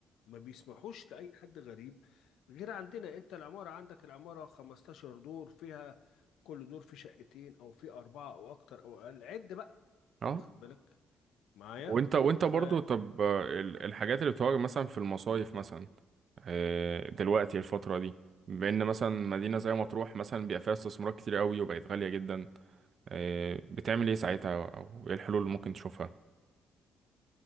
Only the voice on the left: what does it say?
ما بيسمحوش لأي حد غريب غير عندنا انت العمارة عندك العمارة 15 دور فيها كل دور فيه شقتين او فيه أربعة او اكتر او اقل عد بقى
واخد بالك معايا
ف